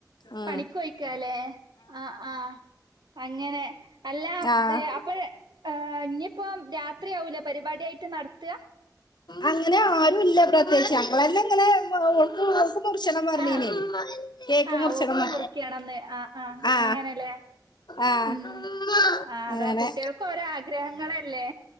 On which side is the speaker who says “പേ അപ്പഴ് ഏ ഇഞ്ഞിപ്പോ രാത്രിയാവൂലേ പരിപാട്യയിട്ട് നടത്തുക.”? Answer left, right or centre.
Right